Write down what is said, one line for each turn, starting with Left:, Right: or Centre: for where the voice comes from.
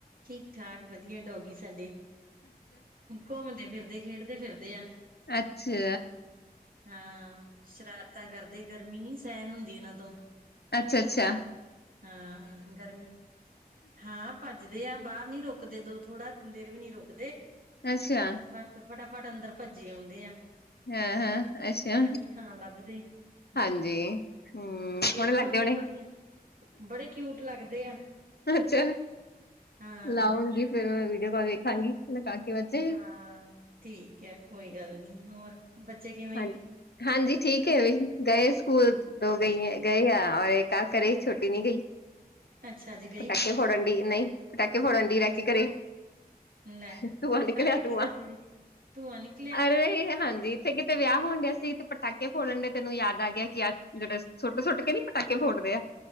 Right: ਠੀਕ ਠਾਕ ਵਧੀਆ ਡੋਗੀ ਸਾਡੇ ਘੁੰਮਦੇ ਫਿਰਦੇ ਖੇਡਦੇ ਫਿਰਦੇ ਆ।
Left: ਅੱਛਾ।
Right: ਹਾਂ ਸ਼ਰਾਰਤਾਂ ਕਰਦੇ। ਗਰਮੀ ਨਹੀਂ ਸਹਿਣ ਹੁੰਦੀ ਇਹਨਾਂ ਤੋਂ।
Left: ਅੱਛਾ ਅੱਛਾ।
Right: ਹਾਂ। ਗਰਮੀ ਹਾਂ ਭੱਜਦੇ ਆ ਬਾਹਰ ਨਹੀਂ ਰੁਕਦੇ ਦੋ ਥੋੜਾ ਦੇਰ ਵੀ ਨਹੀਂ ਰੁਕਦੇ।
Left: ਅੱਛਾ।
Right: ਤੇ ਫਟਾਫਟ ਅੰਦਰ ਭੱਜੇ ਆਉਂਦੇ ਆ।
Left: ਹਾਂ ਹਾਂ ਅੱਛਾ।
Right: ਠੰਡੀ ਥਾਂ ਲੱਭਦੇ ਹਮ
Left: ਹਾਂਜੀ ਹੂੰ
Right: ਥੋੜੀਆਂ
Left: ਸੋਹਣੇ ਲੱਗਦੇ
Right: ਛੋਟੀਆਂ
Left: ਹੋਣੇ।
Right: ਛੋਟੀਆਂ ਬੜੇ ਕਿਊਟ ਲੱਗਦੇ ਆ।
Left: ਅੱਛਾ
Right: ਹਾਂ,
Left: ਲਾਉਂਗੀ ਫਿਰ ਮੈਂ ਵੀਡੀਓ ਕਾਲ ਦੇਖਾਂਗੀ <unintelligible>
Right: ਹਾਂ ਠੀਕ ਹੈ। ਕੋਈ ਗੱਲ ਨਹੀਂ ਹੋਰ ਬੱਚੇ ਕਿਵੇਂ?
Left: ਹਾਂਜੀ ਹਾਂਜੀ ਠੀਕ ਹੈ ਇਹ ਵੀ ਗਏ ਸਕੂਲ ਦੋ ਗਈ ਗਏ ਆ ਔਰ ਇੱਕ ਤਾਂ ਘਰੇ ਛੋਟੀ ਨਹੀਂ ਗਈ।
Right: ਅੱਛਾ ਜੀ।
Left: ਪਟਾਕੇ ਫੋੜਨ ਦਈ ਨਹੀਂ ਪਟਾਕੇ ਫੋੜਨ ਦਈ ਰਹਿ
Right: ਅੱਛਾ
Left: ਕੇ ਘਰੇ।
Right: ਲੈ
Left: ਧੂੰਆ ਨਿਕਲਿਆ
Right: ਟੱਕ ਕਿਹਦੇ
Left: ਧੂੰਆਂ
Right: ਫੋੜੀ ਚ? ਧੂੰਆਂ ਨਿਕਲਿਆ?
Left: ਅਰੇ ਹਾਂਜੀ ਇੱਥੇ ਕਿਤੇ ਵਿਆਹ ਹੋਣ ਡਿਆ ਸੀ ਤੇ ਪਟਾਕੇ ਫੋੜਨ ਦੇ ਤੇ ਇਹਨੂੰ ਯਾਦ ਆ ਗਿਆ ਕਿ ਆ ਜਿਹੜੇ ਸੁੱਟ ਸੁੱਟ ਕੇ ਨਹੀਂ ਪਟਾਕੇ ਫੋੜਦੇ ਆ।